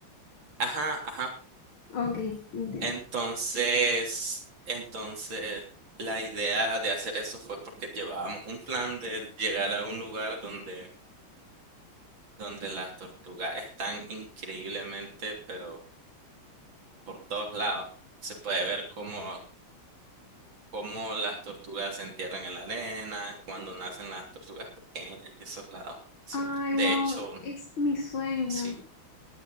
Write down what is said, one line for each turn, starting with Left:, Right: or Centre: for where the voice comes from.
Right: Ajá, ajá.
Left: Ok, entiendo.
Right: Entonces, entonces la idea de hacer eso fue porque llevábamos un plan de llegar a un lugar donde, donde las tortugas están increíblemente, pero por todos lados. Se puede ver cómo, cómo las tortugas se entierran en la arena, cuando nacen las tortugas pequeñas, esos lados. Sí.
Left: Ay,
Right: De
Left: wow,
Right: hecho,
Left: es mi sueño.
Right: sí,